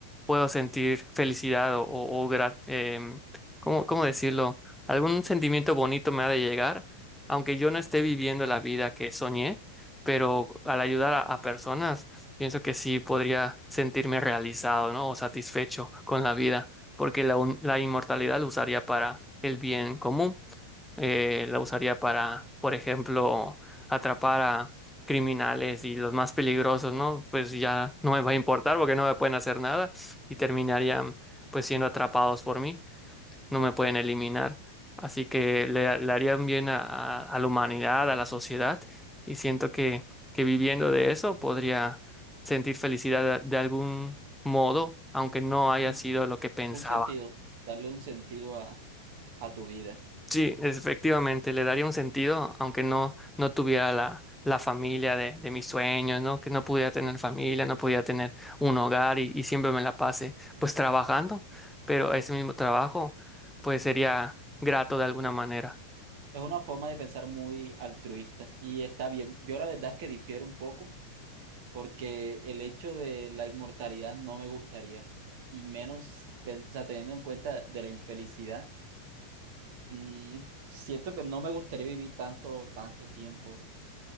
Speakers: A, in the centre; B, on the right (about 45°).
A: puedo sentir felicidad o, o, o gra- em, ¿cómo, cómo decirlo? Algún sentimiento bonito me ha de llegar, aunque yo no esté viviendo la vida que soñé, pero al ayudar a, a personas, pienso que sí podría sentirme realizado, ¿no? O satisfecho con la vida, porque la, un- la inmortalidad lo usaría para el bien común eh, la usaría para, por ejemplo, atrapar a criminales y los más peligrosos, ¿no? Pues ya no me va a importar porque no me pueden hacer nada y terminarían pues siendo atrapados por mí, no me pueden eliminar. Así que le, le harían bien a, a- a la humanidad, a la sociedad y siento que, que viviendo de eso podría sentir felicidad de, de algún modo, aunque no haya
B: Un,
A: sido lo que pensaba.
B: un sentido, darle un sentido a tu vida.
A: Sí, efectivamente, le daría un sentido, aunque no, no tuviera la, la familia de, de mis sueños, ¿no? Que no pudiera tener familia, no podía tener un hogar y, y siempre me la pase pues trabajando, pero ese mismo trabajo pues sería grato de alguna manera.
B: Es una forma de pensar muy altruista y está bien. Yo la verdad es que difiero un poco porque el hecho de la inmortalidad no me gustaría y menos, pen- o sea, teniendo en cuenta de la infelicidad, mm, siento que no me gustaría vivir tanto, tanto tiempo.